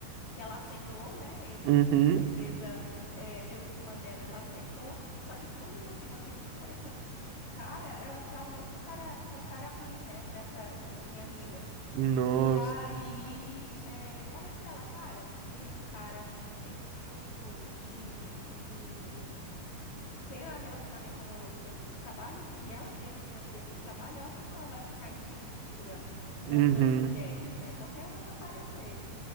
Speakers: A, on the left; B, on the right.
A: que ela aceitou, né? Ele
B: Uhum.
A: com certeza eh, deu em cima dela, ela aceitou. Só que quando minha prima pediu o telefone do cara, ela já olhou com cara com cara ruim, né, para essa para essa minha amiga.
B: Nossa.
A: E aí, eh, eu falei pra ela, cara, se esse cara tem costume de, de de ter um relacionamento amoroso dentro do trabalho e ela teve com ele dentro do trabalho, é óbvio que ela vai ficar insegura com
B: Uhum.
A: outras mulheres, né? Qualquer uma que aparecer